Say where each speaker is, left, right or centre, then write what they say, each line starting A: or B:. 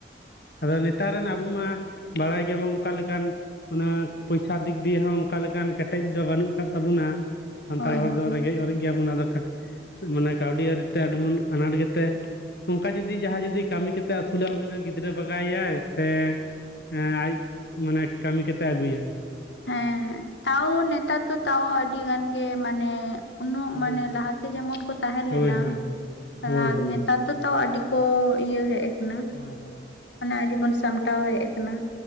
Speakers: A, on the left; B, on the left.
A: ᱟᱫᱚ ᱱᱮᱛᱟᱨ ᱨᱮᱱ ᱟᱵᱚ ᱢᱟ ᱵᱟᱲᱟᱭ ᱜᱮᱵᱚᱱ ᱚᱝᱠᱟ ᱞᱮᱠᱟᱱ ᱚᱱᱟ ᱯᱚᱭᱥᱟ ᱫᱤᱠ ᱫᱤᱭᱮ ᱦᱚᱸ ᱚᱝᱠᱟ ᱞᱮᱠᱟᱱ ᱠᱮᱴᱮᱡ ᱫᱚ ᱵᱟᱹᱱᱩᱜ ᱠᱟᱫ ᱛᱟᱵᱚᱱᱟ, ᱥᱟᱱᱛᱟᱲ
B: ᱦᱳᱭ
A: ᱦᱚᱲ
B: ᱦᱳᱭ
A: ᱫᱚ ᱨᱮᱸᱜᱮᱡ ᱚᱨᱮᱡ ᱜᱮᱭᱟᱵᱚᱱ ᱟᱫᱚ ᱢᱟᱱᱮ ᱠᱟᱹᱣᱰᱤ ᱟᱹᱨᱤᱛᱮ ᱟᱰᱤ ᱵᱚᱱ ᱟᱱᱟᱴ ᱜᱮᱛᱮ ᱚᱝᱠᱟ ᱡᱩᱫᱤ ᱡᱟᱦᱟᱸᱭ ᱡᱩᱫᱤ ᱠᱟᱹᱢᱤ ᱠᱟᱛᱮ ᱟᱹᱥᱩᱞᱟᱭ ᱩᱱᱤ ᱫᱚ ᱜᱤᱫᱽᱨᱟᱹ ᱵᱟᱜᱟᱣᱮᱭᱟᱭ ᱥᱮ᱾ ᱦᱮᱸ ᱟᱡ ᱢᱟᱱᱮ ᱠᱟᱹᱢᱤ ᱠᱟᱛᱮ ᱟᱹᱜᱩᱭᱟᱭ᱾
B: ᱦᱮᱸ ᱛᱟᱣ ᱱᱮᱛᱟᱨ ᱫᱚ ᱛᱟᱣ ᱟᱹᱰᱤ ᱜᱟᱱ ᱜᱮ ᱢᱟᱱᱮ᱾ ᱩᱱᱟᱹᱜ
A: ᱦᱳᱭ
B: ᱢᱟᱱᱮ
A: ᱦᱳᱭ
B: ᱞᱟᱦᱟᱛᱮ ᱡᱮᱢᱚᱱ ᱠᱚ ᱛᱟᱦᱮᱸ ᱞᱮᱱᱟ
A: ᱦᱳᱭ ᱦᱳᱭ ᱦᱳᱭ ᱦᱳᱭ
B: ᱨᱟᱛ
A: ᱦᱳᱭ ᱦᱳᱭ
B: ᱱᱮᱛᱟᱨ ᱫᱚ᱾ ᱛᱟᱣ ᱟᱹᱰᱤ ᱠᱚ ᱤᱭᱟᱹ ᱦᱮᱡ ᱟᱠᱟᱱᱟ᱾
A: ᱦᱳᱭ ᱦᱳᱭ
B: ᱢᱟᱱᱮ ᱟᱰᱤ ᱵᱚᱱ ᱥᱟᱢᱴᱟᱣ ᱦᱮᱡ ᱟᱠᱟᱱᱟ